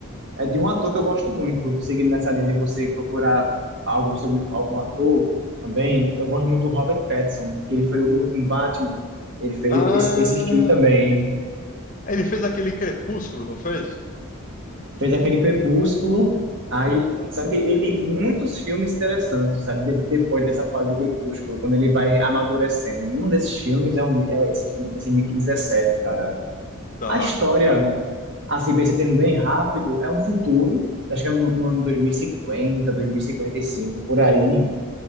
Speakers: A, on the right; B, on the left.
A: é
B: uhum.
A: de um ator que eu gosto muito, seguindo nessa linha de você procurar algo sobre algum ator também. Eu gosto muito do Robert Pattinson, que ele foi o último Batman. Ele fez
B: Ah,
A: esse, esse filme também.
B: ele fez aquele Crepúsculo, não fez?
A: Fez aquele Crepúsculo. Aí,
B: Uhum.
A: só que ele tem muitos filmes interessantes, sabe? De- depois dessa fase do Crepúsculo, quando ele vai amadurecendo. E um desses filmes é, um, é esse, filme- esse Mickey 17, cara.
B: Tá.
A: A história, assim, sendo bem rápido, é um futuro, acho que é no no ano 2050, 2055 por aí,